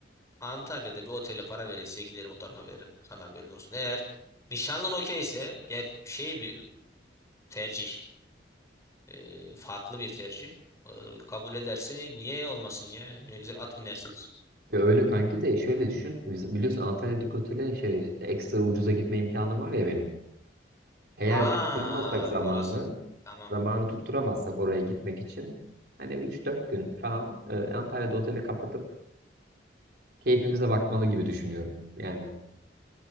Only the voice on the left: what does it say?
Antalya'da bir otele para veresiye giderim o tarafa veririm. Sana haberin olsun. Eğer nişanlın okeyse ger şey bir tercih. e, farklı bir tercih. E, kabul ederse niye olmasın ya? Ne güzel at binersiniz.
Ha
orası. Tamam.